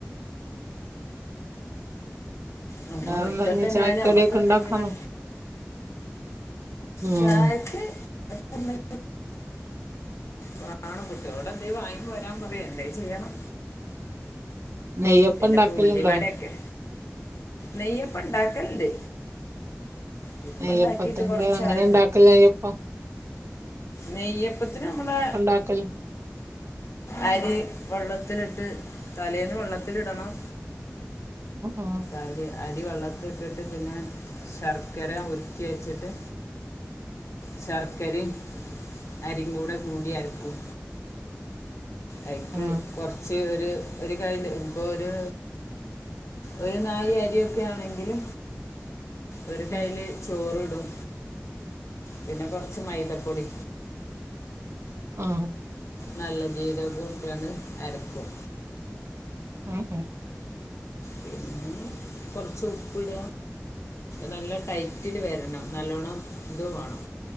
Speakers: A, on the left (about 65°); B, on the right (about 55°).
A: നമ്മളെ
B: വേറെന്താചായക്കടിയൊക്കെ
A: മുറ്റത്ത് തന്നെയാലും നമുക്ക് എന്തെങ്കിലും
B: ഉണ്ടാക്കാമൊ ഉം
A: ചായക്ക് <unintelligible> വാണം കുട്ടികോട് എന്തേയു വാങ്ങി വരാൻ പറയ് എന്തേ ചെയ്യണം
B: നെയ്യപ്പം
A: പിന്നെപ്പൊ
B: ഉണ്ടാക്കലുണ്ടോ
A: ഉള്ളി വടയൊക്കെ നെയ്യപ്പ ഇണ്ടാക്കലിണ്ട് നെയ്യപ്പ
B: നെയ്യപ്പത്തിന്റെ
A: ഇണ്ടാക്കിട്ട് കൊറച്ചായ
B: അങ്ങനെ ഉണ്ടാക്കല് നെയ്യപ്പം
A: നെയ്യപ്പത്തിന് നമ്മടെ
B: ടാക്കല്
A: അരി വെള്ളത്തിലിട്ട് തലേന്ന് വെള്ളത്തിലിടണം
B: <inaudible>
A: അരി അരി വെള്ളത്തി ഇട്ടിട്ട് പിന്നെ ശർക്കര ഉര്ക്കി വെച്ചിട്ട് ശർക്കരേം അരിം കൂടെ കൂടി അര്ക്കും അയ്ക്ക്
B: ആഹ്
A: കൊറ്ച്ച് ഒരു ഒരു കയ്ല്ഇപ്പൊ ഒരു ഒരു നായി അരിയൊക്കെ ആണങ്കില് ഒരു കയ്ല്
B: ആഹ്
A: ചോറ് ഇടും പിന്നെ കൊറച്ച് മൈദപ്പൊടി
B: ആഹ്
A: നല്ല ജീരകുട്ടാണ് അരക്കും
B: ഉം ഉം
A: പിന്നെ കൊറച്ച് ഉപ്പ്ട നല്ല ടൈറ്റില് വരണം നല്ലോണ്ണം ഇത് വാണം